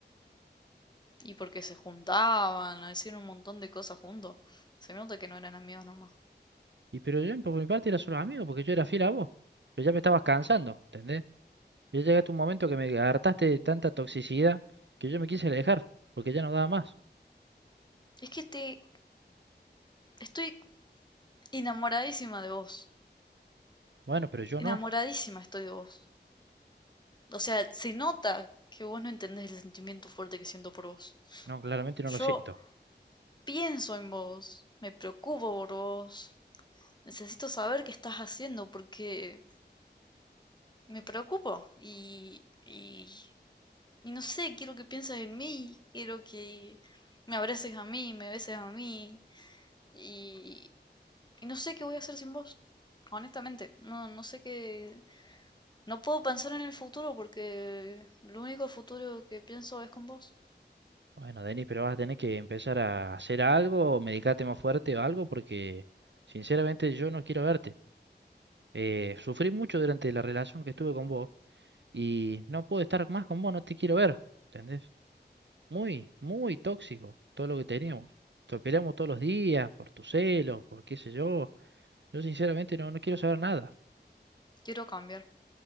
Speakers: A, on the left; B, on the right.
A: Y porque se juntaban, hacían un montón de cosas juntos. Se nota que no eran amigos nomás.
B: Y pero yo por mi parte era solo amigo, porque yo era fiel a vos. Pero ya me estabas cansando, ¿entendés? Yo llegué hasta un momento que me hartaste de tanta toxicidad que yo me quise alejar, porque ya no daba más.
A: Es que te estoy enamoradísima de vos.
B: Bueno, pero yo
A: Enamoradísima
B: no.
A: estoy de vos. O sea, se nota que vos no entendés el sentimiento fuerte que siento por vos.
B: No, claramente no
A: Yo
B: lo siento.
A: pienso en vos, me preocupo por vos. Necesito saber qué estás haciendo porque me preocupo y, y Y no sé, quiero que pienses en mí, quiero que me abraces a mí, me beses a mí. Y, y no sé qué voy a hacer sin vos, honestamente. No, no sé qué... No puedo pensar en el futuro porque lo único futuro que pienso es con vos.
B: Bueno, Denis, pero vas a tener que empezar a hacer algo, o medicarte más fuerte o algo, porque sinceramente yo no quiero verte. Eh, sufrí mucho durante la relación que estuve con vos y no puedo estar más con vos, no te quiero ver, ¿entendés? Muy, muy tóxico todo lo que teníamos. Nos peleamos todos los días por tus celos, por qué sé yo. Yo sinceramente no, no quiero saber nada.
A: Quiero cambiar,